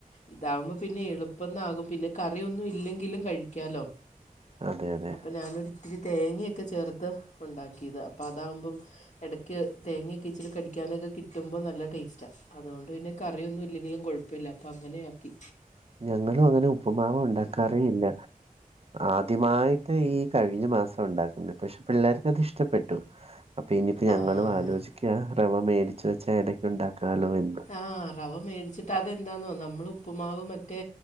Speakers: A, on the left; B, on the right.
A: ഇതാവുപോ പിന്നെ എളുപ്പന്നാകും. പിന്നെ കറിയൊന്നും ഇല്ലെങ്കിലും കഴിക്കാലോ
B: അതെ അതെ
A: അപ്പം ഞാൻ ഒരു ത്തിരി തേങ്ങയൊക്കെ ചേർത്ത് ഉണ്ടാക്കിയത. അപ്പ അതാവുമ്പം. എടയ്ക്ക് തേങ്ങയൊക്കെ ഇച്ചിരി കടിക്കാനൊക്കെ കിട്ടുമ്പോൾ നല്ല ടേസ്റ്റാ. അതുകൊണ്ട് പിന്നെ കറിയൊന്നും ഇല്ലെങ്കിലും കുഴപ്പല്ല അപ്പൊ അങ്ങനെയക്കി.
B: ഞങ്ങളും അങ്ങനെ ഉപ്പ്മാവ് ഉണ്ടാക്കാറേയില്ല. ആദ്യമായിട്ട് ഈ കഴിഞ്ഞ മാസ ഉണ്ടാക്കുന്ന പക്ഷെ പിള്ളേർക്ക് അത് ഇഷ്ടപ്പെട്ടു. അപ്പൊ ഇനിയിപ്പ ഞങ്ങളും
A: ആ
B: ആലോചിക്ക ക്യാ റവ മേടിച്ചു വെച്ച ഇടയ്ക്ക് ഉണ്ടാക്കലോ എന്.
A: ആഹ് റവ മേടിച്ചിട്ട് അതെന്താന്നോ നമ്മളുപ്പുമാവ് മറ്റേ